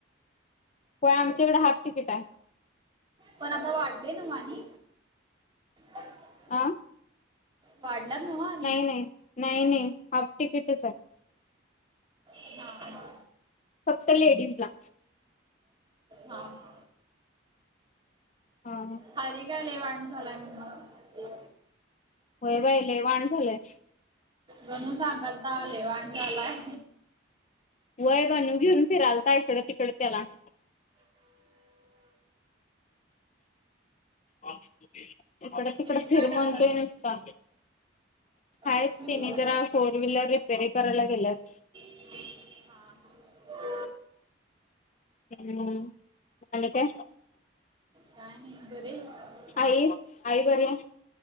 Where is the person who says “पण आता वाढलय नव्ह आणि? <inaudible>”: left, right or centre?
Right